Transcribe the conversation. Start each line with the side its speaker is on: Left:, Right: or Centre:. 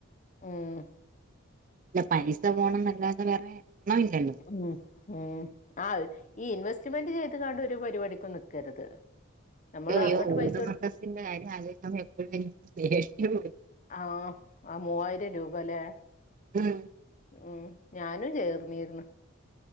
Left: <unintelligible>
Right: ഇല്ല പലിസ പോണം എന്നല്ലാതെ വേറെ <unintelligible> ഇല്ലല്ലോ
Left: ഉം ഉം ആഹ് ഈ ഇൻവെസ്റ്റ്മെന്റ് ചെയ്ത് കാണ്ട് ഒരു പരിപാടിക്കും നിക്കരുത്. നമ്മള്
Right: അയ്യോ..
Left: അങ്ങട്ട്
Right: ഊദ്
Left: പൈസ കൊടു
Right: മർക്കസിന്റെ കാര്യം ആലോചിക്കുമ്പോ എപ്പോഴും എനിക്ക് പേടിയാ
Left: ആഹ് ആ മൂവായിരം രൂപാലെ
Right: ഉം
Left: ഉം ഞാനും ചേർന്നിര്ന്ന്